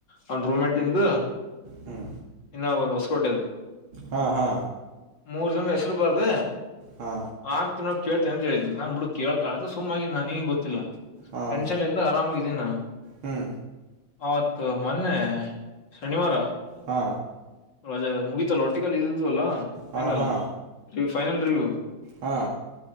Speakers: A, on the left; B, on the right.
A: ಅವ ರೂಮ ಒಂದು
B: ಹ್ಞೂ
A: ನಾವವು ಬಂದು್ ಹೊಸಸ್ಕ ಕೊಟ್ಟೆದು
B: ಹಾ ಹಾ
A: ಮೂರ್ ಜನ್ದ ಹೆಸರು ಬಾರ್ದ
B: ಹಾ
A: ಆಕ್ತನ ಕೇಳ್ತೀನ ಅಂತ ಹೇಳಿದ್ದ್ ನಾನು ಬಿಟ್ಟು ಕೇಳ್ತಾಳ ಅಂತ ಸುಮ್ಮಾಗಿ ನನಗೇನು ಗೊತ್ತಿಲ್ಲಟೆನ್
B: ಹಾ
A: ಇಲ್ಲ್ಲ ಅ ಆಾಮಾಗಿದ್ದೀಿ ನಾನು
B: ಹ್ಮ್
A: ಆತ್ ಮೊನ್ನೆ ಶನಿವಾರ
B: ಹಾ
A: ಅದ ಮುಗಿತಲ್ಲ ಹೊಟ್ಟಿಗೆಲ್ಲಿ ಇದದ್ವಲ್ಲ ಫೈನಲ್ರಿ
B: ಹಾ ಹಾ
A: ಫೈನಲ್ ರಿವ್ಯೂ
B: ಹಾ